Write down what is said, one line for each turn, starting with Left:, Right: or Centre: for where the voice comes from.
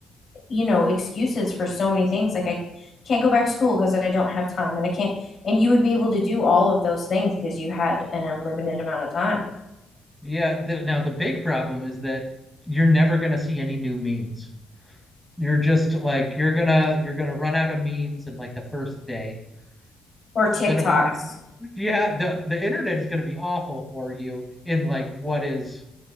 Left: you know excuses for so many things like i can't go back to school because i don't have time and i can't and you would be able to do all of those things because you had an unlimited amount of time
Centre: yeah. The, now the big problem is that you're never gonna see any new memes. You're just like you're gonna you're gonna run out of memes in like the first day.
Left: or tiktoks
Centre: It's gonna be yeah. The the internet is gonna be awful for you in like what is